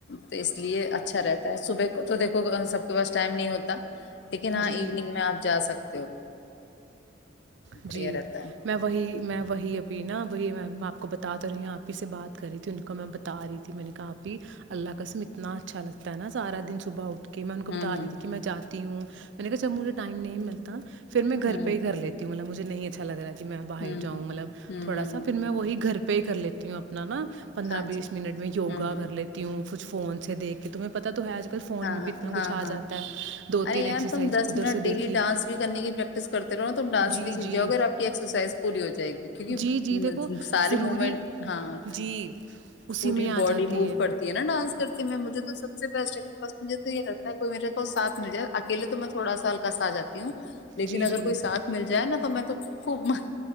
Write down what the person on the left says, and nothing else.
تو اس لیے اچ اچھا رہتا ہے صبح کو تو دیکھو سب کے پاس ٹائم نہیں ہوتا لیکن ہاں
ایوننگ میں آپ جا سکتے ہو
بڑھیا رہتا ہے
ہوں
ہوں
ہوں
ہوں ہ ہوں
ہوں
ہ
ہاں
جی
ہوں ہوں
ہاں
ہاں
ہاں
ہاں
ارے
یار
تم دس
منٹ
ڈیلی
ڈانس بھی کرنے کی پریکٹس کرتے رہو نا تم ڈانس
بھی سھ
جاؤ اگر آپ کی ایکسرسائز پوری ہو جائے گی کیک
سارے
موومنٹ ہاں
پوری
باڈی
مو کرتی ہے نا ڈانس کر میں مجھے تو سب سے بیسٹ بس مجھے تو یہ رہگتا ہے کو میرے کو سھ مل جائے اکلے تو میں تھوڑا ہلکا سا جاتا ہوں لیکن
اگر
کوئی ساتھ مل جائے نا تو میں تو خوب